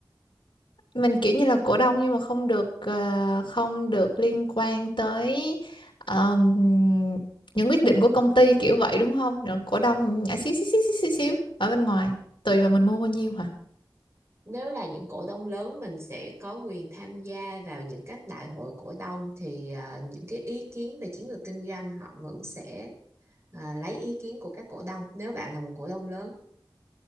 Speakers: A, on the left; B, on the right.
A: Mình kiểu như là cổ đông nhưng mà không được ờ, không được liên quan tới ờm, những quyết định của công ty kiểu vậy đúng không? Rồi cổ đông nhả xíu xíu xíu xíu xíu, xíu ở bên ngoài, tùy vào mình mua bao nhiêu hả?
B: Nếu là những cổ đông lớn mình sẽ có quyền tham gia vào những các đại hội cổ đông thì à, những cái ý kiến về chiến lược kinh doanh họ vẫn sẽ à, lấy ý kiến của các cổ đông nếu bạn là một cổ đông lớn